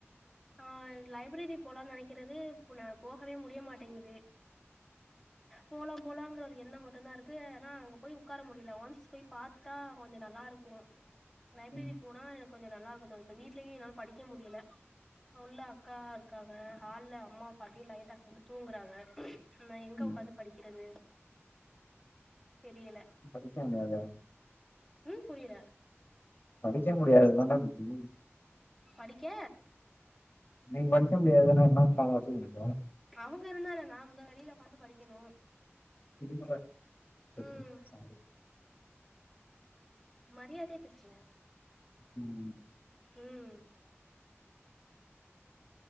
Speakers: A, in the centre; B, on the left (about 45°).
A: ஆ லைப்ரரி போலான் நெனைக்கிறது நா போகவே முடிய மாட்டேங்குது போலா போலாங்கற ஒரு எண்ண மட்டுந்தா இருக்கு ஆனா அங்க போய் உக்கார முடியல ஒன்ஸ் போய் பாத்துட்டா கொஞ்ச நல்லா ல்லா இருக்கு லைப்ரரி
B: ம்
A: போனா எனக்கு கொஞ்ச நல்லா இருக்கு தோணு இப்ப வீட்லயு என்னால படிக்க முடியல உள்ள அக்கா இருக்காங்க ஹால்ல அம்மா பாட்டி லைட் ஆஃப் பண்ட்டு தூங்குறாங்க நா எங்க
B: ம்.
A: உக்காந்து படிக்கிறது தெரியல
B: படிக்கமாத
A: ம் புரியல
B: படிக்க முடியாதுதான தூகி
A: படிக்க
B: நீ படிக்க முடியாதுன்னா <unintelligible>
A: அவங்க இருந்தான நா தா வெளியில உக்காந்து படிக்கணு
B: <unintelligible>
A: ம் மரியாதை பேசுங்க
B: ம்
A: ம்